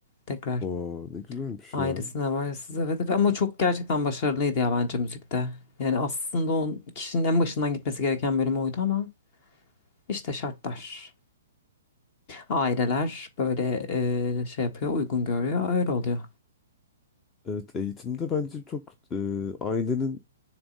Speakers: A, on the left (about 35°); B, on the left (about 20°).
A: tekrar.
B: Oo, ne güzelmiş
A: Ailesine
B: ya.
A: var size ve ama çok gerçekten başarılıydı ya bence müzikte. Yani aslında o kişinin en başından gitmesi gereken bölüm oydu ama işte şartlar. Aileler böyle e, şey yapıyor, uygun görüyor, öyle oluyor.
B: Evet, eğitimde bence çok e, ailenin